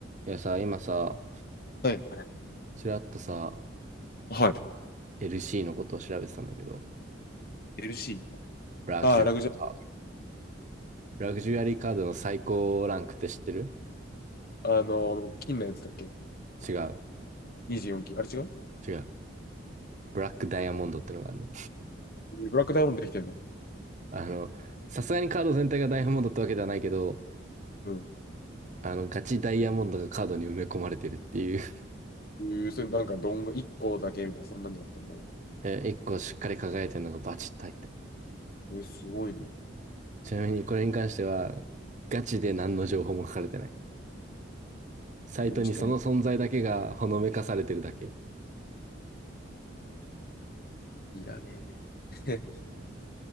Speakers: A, on the right; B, on the left.
A: いやさ、今さ、
B: はい。
A: ちらっとさ、
B: はい。
A: LC のことを調べてたんだけど、
B: LC。
A: ラグジュアリーカー
B: ああ、ラグジュ
A: ド。ラグジュアリーカードの最高ランクって知ってる
B: アあの、金のやつだっけ
A: 違う、
B: ?24 金。あれ違う
A: 違う。ブラックダイヤモンドってのがあるの。
B: ブラックダイヤモンドできてんの
A: あの、さすがにカード全体がダイヤモンドってわけではないけど、
B: うん。
A: あの、ガチダイヤモンドがカードに埋め込まれてるっていう
B: えー、それなんか、どんが1個だけみたいな、そんなんじゃなくて、も
A: <laughs> え、一個しっかり輝いてるのがバチッと入ってる。
B: う、えー、すごいね。
A: ちなみにこれに関しては、ガチで何の情報も書かれてない。サイトにその存在だけがほのめかされてるだけ。
B: でもちょっともう、いらねえ。